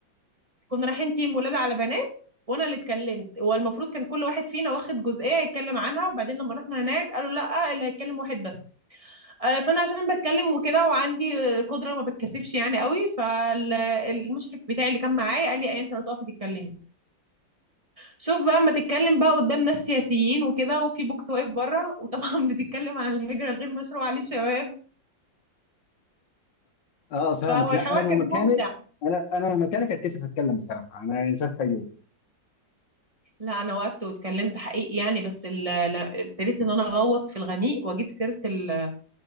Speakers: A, on the right; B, on the left.
A: كنا رايحين تيم ولاد على بنات وانا اللي اتكلمت والمفروض كان كل واحد فينا واخد جزئيه يتكلم عنها وبعدين لما رحنا هناك قالوا لا اللي هيتكلم واحد بس آه، فانا عشان بتكلم وكده وعندي قدره ما بتكسفش يعني قوي فالمشرف بتاعي اللي كان معايا قال لي ايه انت لو تقفي تتكلمي شوف بقى ما تتكلم بقى قدام ناس سياسيين وكده وفي بوكس واقف بره وطبعا <laughs> بتتكلم عن الهجره الغير مشروعه للشباب
B: اه فاهمك
A: فهو
B: لا
A: الحوار
B: انا لو
A: كان
B: مكانك
A: ممتع
B: انا انا لو مكانك هتكسف اتكلم بصراحه انا انسان فيوم
A: لا انا وقفت واتكلمت حقيقي يعني بس ال- ل- ابتديت ان انا اغوط في الغميق واجيب سيره ال-